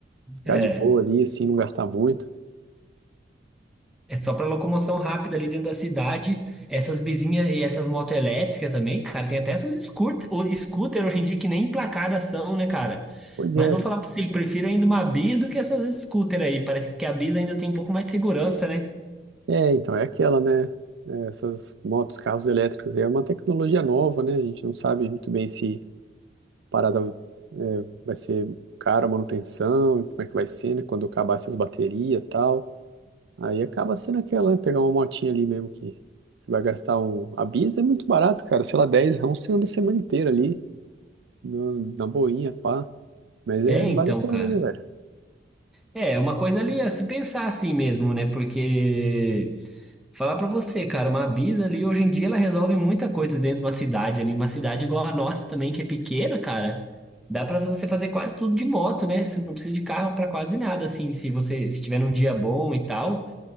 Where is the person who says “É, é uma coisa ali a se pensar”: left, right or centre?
Centre